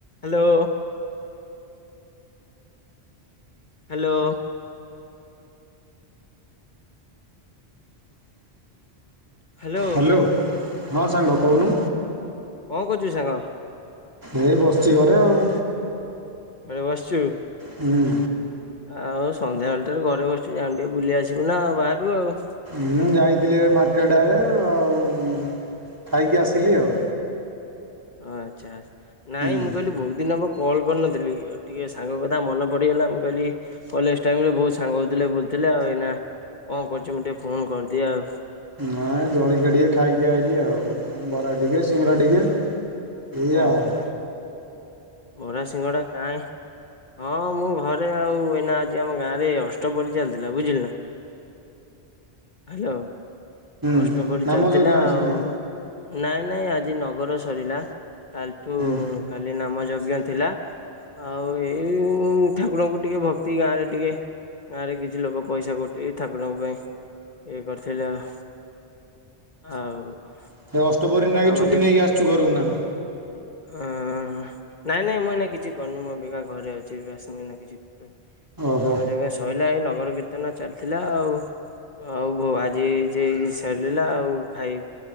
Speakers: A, on the left (about 45°); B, on the right (about 20°).
A: Hello hello hello
B: hello ହଁ ସାଙ୍ଗ କଉନୁ।
A: କଣ କରୁଛୁ ସାଙ୍ଗ
B: ଏ ବସିଚି ଘରେ ଆଉ।
A: ଘରେ ବସିଚୁ।
B: ହୁଁ।
A: ଆଉ ସନ୍ଧ୍ୟାବେଳ ଠାରୁ ଘରେ ବସିଚୁ ଯାଉନୁ ଟିକେ ବୁଲି ଆସିବୁ ନା ବାହାରୁ ଆଉ।
B: ମୁଁ ଯାଇଥିଲି ଏବେ ମାର୍କେଟେ ଆଡେ ଆଉ। ଖାଇକି ଆସିଲି
A: ହୁଁ
B: ଆଉ
A: ଆଚ୍ଛା ଆଚ୍ଛା ନାଇଁ
B: ହୁଁ
A: ମୁଁ କହିଲି ବହୁତ ଦିନ ହବ କଲ୍ କରିନଥିଲି ଟିକେ ସାଙ୍ଗ କଥା ମନେ ପଡିଗଲା ମୁଁ କଇଲି କଲେଜ୍ ଟାଇମ୍ ରେ ବହୁତ ସାଙ୍ଗ ହଉଥିଲେ ବୁଲୁଥିଲେ ଆଉ ଏଇନା କଣ କରୁଚି ମୁଁ ଟିକେ ଫୋନ୍ କରିଦିଏ ଆଉ।
B: ନାଇଁ ଜଳିଖିଆ ଟିକେ ଖାଇକି ଆଇଲିି ଆଉ ବରା ଟିକେ
A: ଉଁ
B: ସିଙ୍ଗଡ଼ା
A: ହୁଁ
B: ଟିକେ ଏୟା
A: ଓହୋ
B: ଆାଉ।
A: ବରା ସିଙ୍ଗଡ଼ା କାଇଁ। ହଁ ମୁଁ ଘରେ ଆଉ ଏଇନା ଆଜି ଆମ ଗାଁରେ ଅଷ୍ଟ ପହରି ଚାଲିଥିଲା ବୁଝିଲେ ନା? ହାଲୋ
B: ହୁଁ
A: ଅଷ୍ଟ ପହରି
B: ନାମ
A: ଚାଲିଥିଲା
B: ଯଜ୍ଞ ଅଛି
A: ଆଉ।
B: ନା କଣ
A: ନାଇଁ ନାଇଁ ଆଜି ନଗର ସରିଲା କାଲିଠୁ
B: ହୁଁ
A: କାଲି ନାମ ଯଜ୍ଞ ଥିଲା। ଆଉ ଏଇଁ ଠାକୁରଙ୍କୁ ଟିକେ ଭକ୍ତି ଗାଁ ରେ ଟିକେ ଗାଁରେ କିଛି ଲୋକ ପଇସା ଗୋଟେଇ ଠାକୁରଙ୍କ ପାଇଁ ଇଏ କରିଥିଲେ ଆଉ। ଆଉ।
B: ସେ ଅଷ୍ଟପହରି ନାଗି
A: ନାମ
B: ଛୁଟି ନେଇକି ଆସିଚୁ ଘରକୁ ନା କଣ?
A: ହଁ ନାଇଁ ନାଇଁ ମୁଁ ଏନା କିଛି କରିନି ମୁଁ ଅବିକା ଘରେ ଅଛି ବାସ୍ ମୁଁ ଏଇନା କିଛି କରିନି।
B: ଓହୋ
A: ନାମ ଯଜ୍ଞ ସଇଲା ଏଇ ନଗର କୀର୍ତ୍ତନ ଚାଲିଥିଲା ଆଉ। ଆଉ ବୋଉ ଆଜି ଏଯେଇ ସରିଲା ଆଉ ଖାଇ